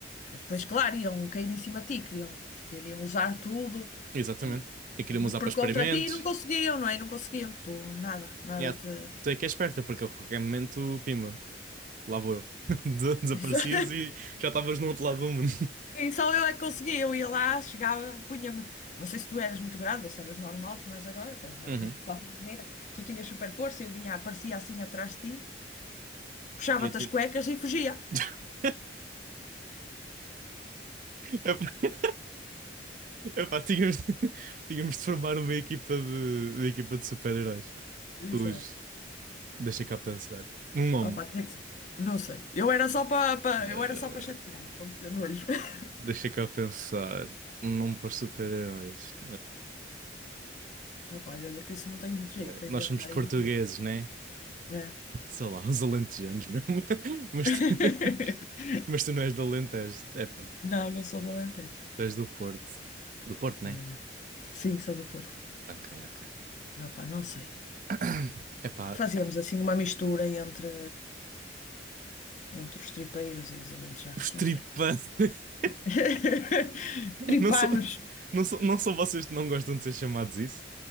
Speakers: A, on the left; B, on the right.
A: Mas Depois, claro, iam cair em cima de ti, queriam, queriam usar tudo
B: exatamente.
A: uh,
B: E queria usar
A: por
B: para experimentos.
A: contra ti e não conseguiam, não é? E Não conseguiam que tu nada, nada
B: Yeah,
A: te.
B: tu é que é esperta, porque a qualquer momento, pimba, lá vou eu. <laughs> Des- Desaparecias
A: Isso- <laughs>
B: e já estavas no outro lado do mundo.
A: Sim, só eu é que conseguia. Eu ia lá, chegava, punha-me. Não sei se tu eras muito grande ou se eras normal, como és agora, pronto, mas
B: Uhum.
A: de qualquer maneira, tu tinhas super força, eu vinha, aparecia assim atrás de ti, puxava-te
B: E eu ti-
A: as cuecas e fugia.
B: <laughs> Epá, epá, tínhamos, <laughs> tínhamos de formar uma equipa de, uma equipa de super-heróis.
A: Exato.
B: Os, deixa cá pensar. Um nome.
A: Opa, tem que ser- Não sei. Eu era só para
B: Eh,
A: eu era só para chatear, para meter nojo. <laughs>
B: deixa cá pensar. Um nome para os super-heróis.
A: Opa, olha que isso não tem muito jeito
B: Eh,
A: para
B: ok. Nós
A: inventar
B: somos portugueses,
A: aí. não.
B: né?
A: É.
B: sei lá, uns alentejanos mesmo. <laughs> Mas
A: <laughs>
B: tu, <laughs> mas tu não és do Alentejo. Epá,
A: Não, não sou do Alentejo.
B: tu és do Porto. Do Porto, né?
A: Ah, Sim, sou do Porto.
B: Ok, ok.
A: Opa, não sei.
B: <clears throat> Epá,
A: Fazíamos assim uma mistura entre, entre os tripeiros e os alentejanos,
B: os tripas.
A: não sei.
B: <laughs>
A: <laughs> Tripanos,
B: Não são, não são, não são vocês que não gostam de ser chamados isso?